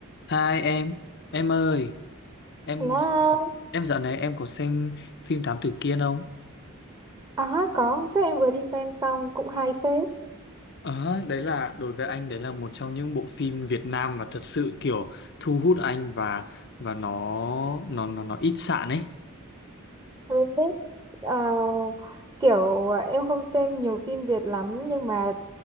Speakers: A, on the left; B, on the right.
A: Hai em, em ơi, em
B: Là
A: em dạo này em có xem phim Thám Tử Kiên không?
B: à có chắc em vừa đi xem xong cũng hay phết
A: Ờ, đấy là đối với anh đấy là một trong những bộ phim Việt Nam mà thật sự kiểu thu hút anh và và nó nó nó nó ít sạn ấy.
B: Rồi biết ờ, kiểu em không xem nhiều phim Việt lắm nhưng mà